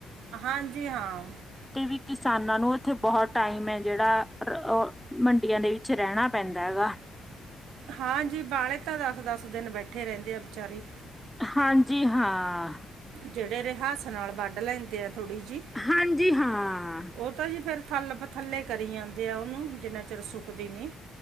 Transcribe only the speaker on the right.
ਹਾਂਜੀ, ਹਾਂ।
ਹਾਂਜੀ ਬਾਲੇ ਤਾਂ ਦਸ-ਦਸ ਦਿਨ ਬੈਠੇ ਰਹਿੰਦੇ ਆ ਵਿਚਾਰੇ।
ਜਿਹੜੇ ਰਿਹਾਸ ਨਾਲ ਵੱਢ ਲੈਂਦੇ ਆ ਥੋੜ੍ਹੀ ਜੀ,
ਉਹ ਤਾਂ ਜੀ ਫੇਰ ਥੱਲ ਪਥੱਲੇ ਕਰੀ ਜਾਦੇ ਆ ਉਹਨੂੰ, ਜਿੰਨਾ ਚਿਰ ਸੁੱਕਦੀ ਨੀ।